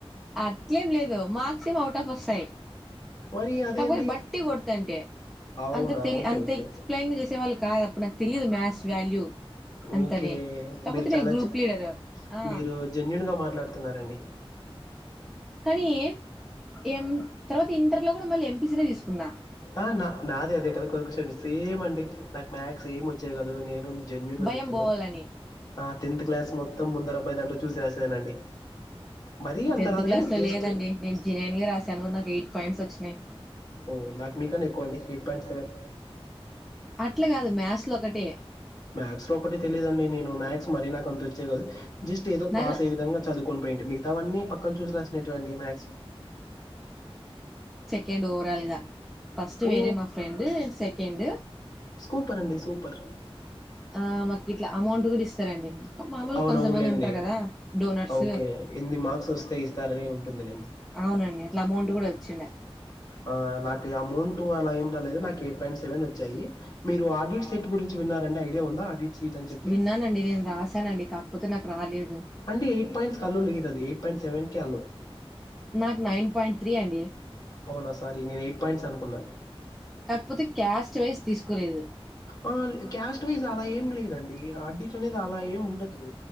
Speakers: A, in the centre; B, on the left.
A: అట్లేం లేదు మర్క్స్ ఎమో అవుట్ ఆఫ్ వస్తాయి
B: మరి అదేంటి
A: కాకపోతే బట్టి కొడతంటి
B: అవునా
A: అంత తేలి
B: ఓకే
A: అంత
B: ఓకే
A: ఎక్స్ప్లెయిన్ చేసే వాళ్ళు కాదు అప్పుడు నాకు తెలియదు మ్యాథ్స్ వాల్యూ అంతని
B: ఓకే
A: కాకపోతే
B: మీరు చాలా
A: నేను గ్రూప్
B: జే
A: లీడర్ ఆ
B: మీరు జెన్యూన్ గా మాట్లాడుతున్నారండి
A: కానీ ఎం ఎం తర్వాత ఇంటర్ లో కూడా మళ్ళీ ఎంపీ సి నే తీసుకున్నా
B: ఆ నా నాదే అదే కదా కొషన్ సేమ్ అండి నాకు మ్యాథ్స్ ఏం వచ్చేది గాదు నేను జన్యున్గా
A: భయం
B: చెప్తున్నా
A: పోవాలని
B: ఆ టెన్త్ క్లాస్ మొత్తం ముందర అబ్బై దాంట్లో చూసి రాసానండి మరీ అంత
A: టెన్త్
B: రాదు
A: క్లాస్
B: కానీ
A: లో
B: జస్ట్
A: లేదండి నేను జెనైన్ గా రాశాను నాకు ఎయిట్ పాయింట్స్ వచ్చినయ్
B: ఓ నాకు మీకన్నా ఎక్కువ అండి ఎయిట్ పాయింట్ సెవెన్
A: అట్లా కాదు మ్యాథ్స్ లో ఒకటే
B: మ్యాథ్స్ లో ఒకటె తెలీదండి నేను మ్యాథ్స్ మరీ నాకు అంత ఓచ్చే కదు జస్ట్ ఏదో
A: నేను
B: పాస్ అయ్య విధంగా చదువుకొని పాయింటి మిగతావన్నీ పక్కన చూసి రాసినటువంటివి మ్యాథ్స్
A: కేండ్ ఓవరాల్ గా ఫస్ట్
B: ఓ
A: వేరే మా ఫ్రెండ్ నేన్ సెకండ్
B: సూపర్ అండి సూపర్
A: ఆ మాకు ఇట్లా అమౌంట్ కూడా ఇస్తారండి మామూలుగా
B: అవునవునులేండి
A: కొంతమంది ఉంటారు కదా డోనార్స్
B: ఓకే ఎన్ని మార్క్స్ ఓస్తే ఇస్తారని ఉంటుంది లేండి
A: అవునండి అట్లా అమౌంట్ కూడా ఓచ్చిండ
B: ఆ నాకు అమౌంట్ అలా ఏమిటనేది నాకు ఎయిట్ పాయింట్ సెవెన్ ఓచ్చాయి మీరు ఆడిట్ సెట్ గురించి విన్నారండి ఐడియా ఉందా ఆడిట్ సీట్ అని చెప్పి
A: విన్నానండి నేను రాసానండి కాకపోతే నాకు రాలేదు
B: అంటే ఎయిట్ పాయింట్స్ అల్లో లేదు అది ఎయిట్ పాయింట్ సెవెన్ కి అల్లో
A: నాకు నైన్ పాయింట్ త్రీ అండి
B: అవునా సారీ నేను ఎయిట్ పాయింట్స్ అనుకున్నా
A: కాకపోతే క్యాస్ట్ వైజ్ తీసుకోలేదు
B: ఆ క్యాస్ట్ వైజ్ అలా ఏం లేదండి అడిట్ అనేది అలా ఏం ఉండదు